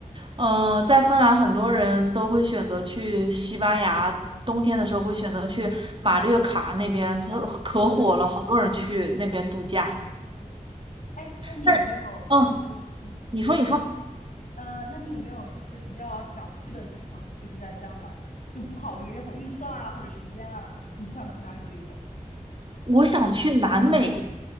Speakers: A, on the right; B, on the left.
A: 嗯，呃在芬兰很多人都会选择去西班牙，冬天的时候会选择去马略卡那边，
B: 嗯，
A: 它可火了，
B: 对
A: 好多人去那边度假。
B: 对。哎，那你有没有？
A: 但，嗯，
B: 那你说。嗯
A: 你说你说，
B: 呃，那你有没有就是比较想去的地方？就是在将来，就不考虑任何预算啊或者时间啊，你就想去哪里旅游？
A: 我想去南美，